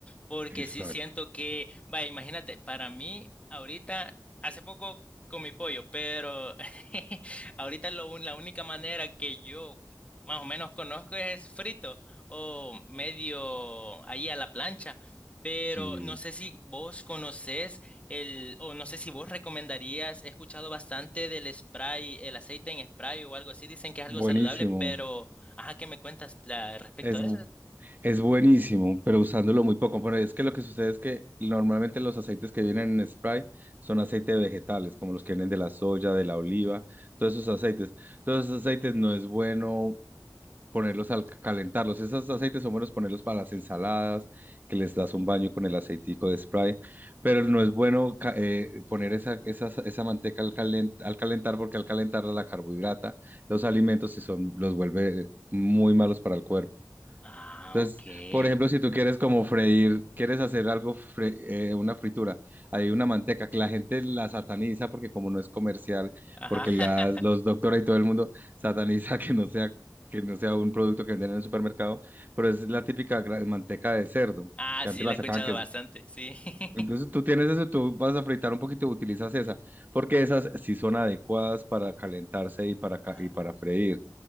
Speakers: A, on the left; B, on the right.
A: porque
B: Exacto.
A: sí siento que, vaya, imagínate, para mí ahorita, hace poco comí pollo, pero <laughs> ahorita lo, un- la única manera que yo más o menos conozco es frito o medio ahí a la plancha, pero
B: Sí.
A: no sé si vos conocés. El, o no sé si vos recomendarías, he escuchado bastante del spray, el aceite en spray o algo así, dicen que es
B: Buenísimo.
A: algo saludable, pero, ajá, ¿qué me cuentas la- respecto
B: Es,
A: a eso?
B: Es buenísimo, pero usándolo muy poco. Bueno, es que lo que sucede es que normalmente los aceites que vienen en spray son aceites vegetales, como los que vienen de la soya, de la oliva, todos esos aceites. Todos esos aceites no es bueno ponerlos al calentarlos. Esos aceites son buenos ponerlos para las ensaladas, que les das un baño con el aceitico de spray, pero no es bueno ca- eh, poner esa, esa, esa manteca al, calen- al calentar, porque al calentarla la carbohidrata, los alimentos, y son, los vuelve muy malos para el cuerpo.
A: Ah,
B: Entonces,
A: ok.
B: por ejemplo, si tú quieres como freír, quieres hacer algo, fre- eh, una fritura, hay una manteca que la gente la sataniza porque como no es comercial,
A: Ajá.
B: porque las,
A: <laughs>
B: los doctores y todo el mundo <laughs> sataniza que no sea, que no sea un producto que venden en el supermercado, pero es la típica gra- manteca de cerdo,
A: Ah,
B: que
A: sí,
B: antes
A: la
B: la
A: he escuchado
B: sacaban que es...
A: bastante, sí. <laughs>
B: Entonces tú tienes eso, tú vas a fritar un poquito, utilizas esa, porque esas sí son adecuadas para calentarse y para, ca-
A: Ah,
B: y para freír.